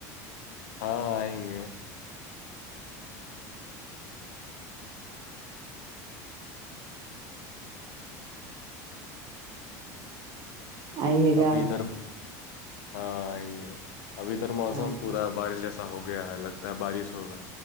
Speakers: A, on the left; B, on the right.
A: ہاں آئیں گے
B: آئیے گا
A: ابھی ادھر ہاں آئیں گے ابھی ادھر موسم
B: ہاں
A: پورا بارش جیسا جیسا ہو گیا ہے لگتا ہے بارش ہوگا